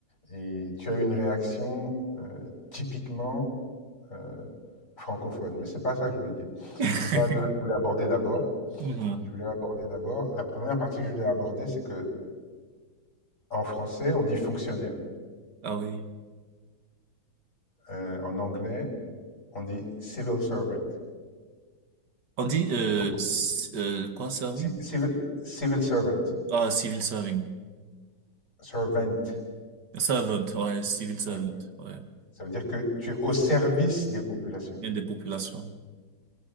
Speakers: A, on the left; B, on the right.
A: et tu as eu une réaction euh, typiquement euh, francophone. Mais c'est pas ça que je voulais dire.
B: <laughs>
A: C'est pas là que je voulais aborder d'abord.
B: Mhm.
A: Je voulais aborder d'abord. La première partie que je voulais aborder, c'est que En français, on dit fonctionnaire.
B: Ah oui.
A: Euh, en anglais, on dit civil servant.
B: On dit, euh,
A: Donc,
B: s- euh, quoi, serving?
A: ci- civil, civil servant,
B: Ah, civil serving.
A: servant,
B: Servant, ouais, civil servant,
A: ouais.
B: ouais.
A: ça veut dire que tu es au service des populations.
B: Bien des populations.